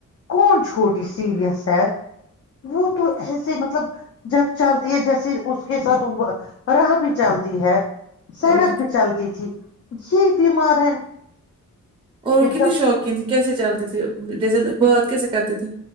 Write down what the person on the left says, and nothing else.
کون چھوٹی سیریس ہے وہ تو ایسے مطلب جب چلتی ہے جیسے اس کے ساتھ راہ بھی چلتی ہے سڑک
بھی چلتی تھی یہ بیمار ہے
پھر
جب